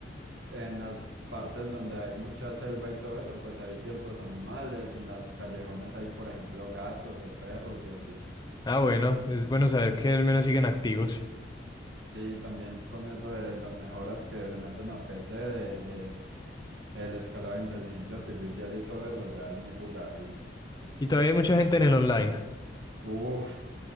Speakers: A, on the right (about 85°); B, on the left (about 25°).
A: en las partes donde hay mucha selva y todo eso, pues hay ciertos animales, en las callejones hay, por ejemplo, gatos o perros y así.
B: Ah, bueno, es bueno saber que al menos siguen activos.
A: Sí, también con eso de las mejoras que le meten a P C de, de el escalado de inteligencia artificial y todo eso ya es muy jugable.
B: Y todavía hay mucha gente en el online.
A: Uf,